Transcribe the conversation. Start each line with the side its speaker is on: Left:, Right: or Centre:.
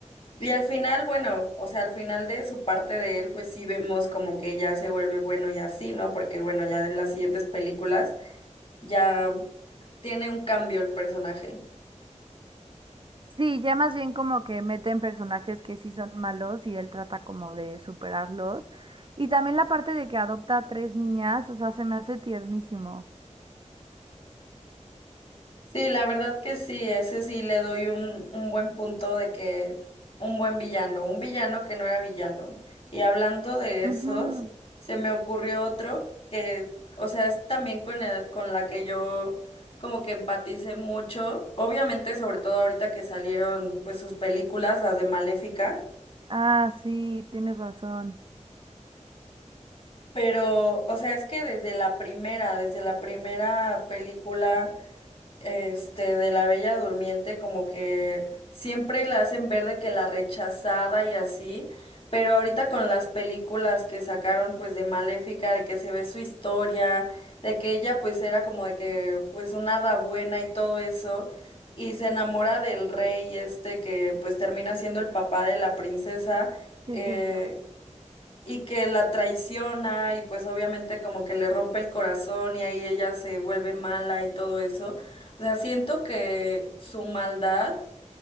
Left: Y al final, bueno, o sea, al final de su parte de él, pues sí vemos como que ya se vuelve bueno y así, ¿no? Porque bueno, ya en las siguientes películas ya tiene un cambio el personaje.
Right: Sí, ya más bien como que meten personajes que sí son malos y él trata como de superarlos. Y también la parte de que adopta a tres niñas, o sea, se me hace tiernísimo.
Left: Sí, la verdad que sí, ese sí le doy un, un buen punto de que un buen villano, un villano que no era villano. Y hablando de
Right: Ujú.
Left: esos, se me ocurrió otro que, o sea, es también con el, con la que yo como que empaticé mucho, obviamente sobre todo ahorita que salieron pues sus películas, las de Maléfica,
Right: Ah, sí, tienes razón.
Left: pero, o sea, es que desde la primera, desde la primera película este, de la Bella Durmiente, como que siempre la hacen ver de que la rechazada y así, pero ahorita con las películas que sacaron pues de Maléfica, de que se ve su historia, de que ella pues era como de que pues una hada buena y todo eso, y se enamora del rey este que pues termina siendo el papá de la princesa,
Right: Sí,
Left: eh,
Right: es cierto.
Left: y que la traiciona y pues obviamente como que le rompe el corazón y ahí ella se vuelve mala y todo eso. O sea, siento que su maldad